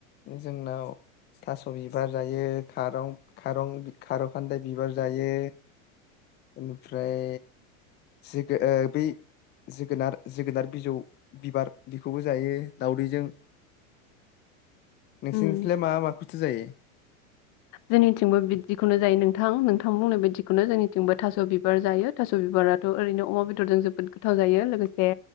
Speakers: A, on the left; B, on the left.
A: ओ जोंनाव थास' बिबार जायो खारं खारं बि खार' खान्दाय बिबार जायो। ओमफ्राय जोगो ओ बै जोगोनार जोगोनार बिजौ बिबार बेखौबो जायो दउदैजों। नोंसिनिथिंलाय
B: उम
A: मा माखौ? थो जायो
B: जोंनिथिंबो बिब्दिखौनो जायो नोंथां नोंथां बुंनाय बादिखौनो जोंनिथिंबो थास' बिबार जायो थास' बिबाराथ' ओरैनो अमा बेदरजों जोबोद गोथाव जायो लोगोसे